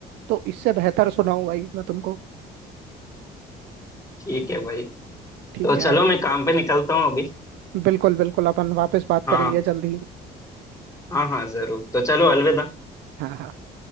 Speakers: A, on the right; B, on the left.
A: तो इससे बेहतर सुनाऊं भाई मैं तुमको
B: ठीक है भाई
A: ठीक
B: तो चलो
A: है यार
B: मैं काम पे निकलता हूँ अभी
A: बिल्कुल बिल्कुल अपन वापस बात
B: हाँ
A: करेंगे जल्दी ही
B: हाँ हाँ जरूर तो चलो अलविदा
A: हाँ हाँ